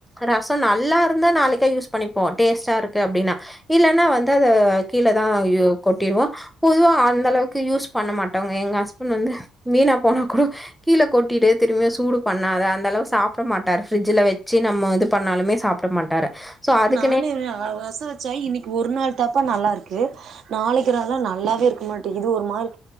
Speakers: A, in the centre; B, on the right.
A: ரசொ நல்லா இருந்தா நாளைக்கு யூஸ் பன்னிப்போ டேஸ்ட்டாருக்கு அப்டின்னா இல்லன்னா வந்து அத கீழேதா கொட்டிடுவோ பொதுவா அந்த அளவுக்கு யூஸ் பண்ண மாட்டோங்க எங்க ஹஸ்பண்ட் வந்து வீணா போனா கூட கீழே கொட்டிடு திரும்ப சூடு பண்ணாத அந்த அளவு சாப்ட மாட்டார் ஃப்ரிட்ஜல வச்சு நம்ம இது பண்ணாலுமே சாப் ப்ட மாட்டாரு சோ அதுக்
B: நானூ எர ரசொ வச்சா இன்னிக்கி ஒரு நாள் தாப்பா நல்லாருக்கு நாளைக்லான்னா நல்லாவே இருக்க மாட்டேங்கிது ஒரு மாரி